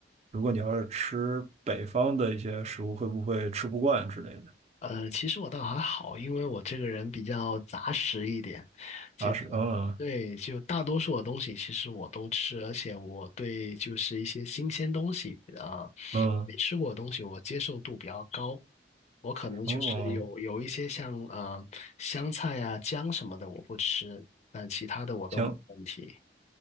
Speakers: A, on the right; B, on the left.
A: 如果你要是吃北方的一些食物，会不会吃不惯之类的？
B: 呃，其实我倒还好，因为我这个人比较杂食一点，就比较对，
A: 啊，是，嗯
B: 就大多数的东西其实我都吃，而且我对就是一些新鲜东西啊，呃
A: 嗯。
B: 没吃过的东西我接受度比较高。我可能就是有有一些像呃香菜啊、
A: 哦，
B: 姜什么的我不吃，但其他的我都没问题。
A: 行，